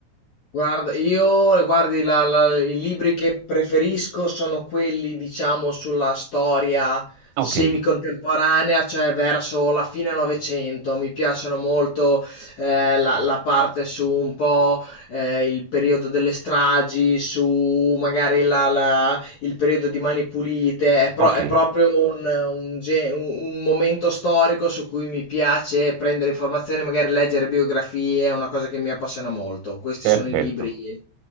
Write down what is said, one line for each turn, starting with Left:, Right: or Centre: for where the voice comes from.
Left: Guarda, io guardi, la- la- i libri che preferisco sono quelli, diciamo, sulla storia
Right: Ok,
Left: semicontemporanea, cioè verso la fine Novecento. Mi piacciono molto eh, la, la parte su un po' eh, il periodo delle stragi, su magari la, la- il periodo di Mani Pulite, è, pro-
Right: ok,
Left: è proprio un, un ge- un- un momento storico su cui mi piace prendere informazioni, magari leggere biografie, è una cosa che mi appassiona molto. Questi
Right: perfetto.
Left: sono i libri.